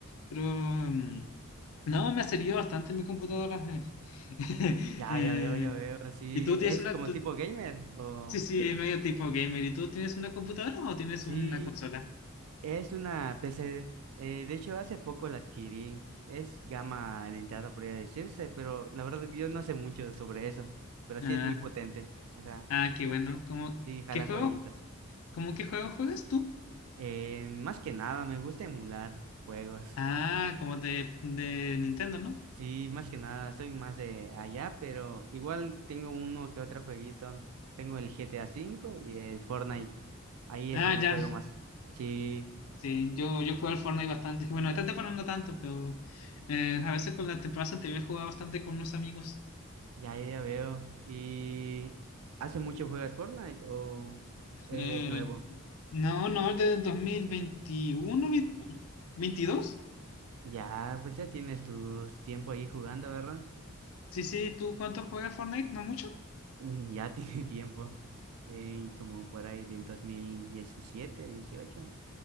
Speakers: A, on the left (about 75°); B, on the right (about 80°).
A: pero mm, no, me ha servido bastante mi computadora. <laughs> Eh,
B: Ya, ya veo, ya veo. Sí,
A: ¿y tú tienes
B: es
A: una,
B: como
A: tú-
B: tipo gamer. O
A: sí, sí, es medio tipo gamer, ¿y tú tienes una computadora o tienes
B: sí,
A: una consola?
B: es una PC. eh, de hecho, hace poco la adquirí. Es gama de entrada, podría decirse, pero la verdad yo no sé mucho sobre eso. Pero sí
A: Ah,
B: es muy potente. O sea,
A: ah, qué bueno,
B: sí,
A: ¿cómo,
B: sí, jala
A: qué juego,
B: jueguitas.
A: cómo qué juego juegas tú?
B: Eh, más que nada, me gusta emular juegos.
A: Ah, como de, de Nintendo, ¿no?
B: Sí, más que nada, soy más de allá, pero igual tengo uno que otro jueguito. Tengo el G T A cinco y el Fortnite. Ahí es
A: Ah,
B: donde
A: ya.
B: juego más. Sí,
A: Sí, yo, yo jugué al Fortnite bastante. <laughs> Bueno, esta temporada no tanto, pero eh, a veces con la temporada anterior jugaba bastante con unos amigos.
B: ya, ya, ya veo. ¿Y hace mucho juegas Fortnite o eres
A: Eh,
B: nuevo?
A: no, no, desde el dos mil veintiuno veintidós
B: Ya, pues ya tienes tu tiempo ahí jugando, ¿verdad?
A: Sí, sí, ¿tú cuánto juegas Fortnite? ¿No mucho?
B: Mm, Ya tiene <laughs> tiempo. Eh, como por ahí del dos mil diecisiete, dieciocho.